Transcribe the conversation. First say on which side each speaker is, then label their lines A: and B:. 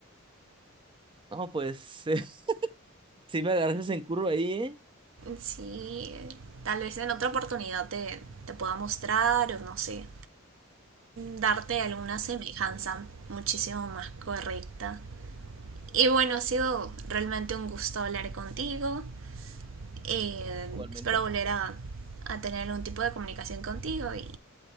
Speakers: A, on the right; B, on the right.
A: No, pues <laughs> sí me agarras en curva ahí, ¿eh?
B: Sí, tal vez en otra oportunidad te, te pueda mostrar o no sé, darte alguna semejanza muchísimo más correcta. Y bueno, ha sido realmente un gusto hablar contigo. Eh,
A: Igualmente.
B: espero volver a, a tener algún tipo de comunicación contigo y,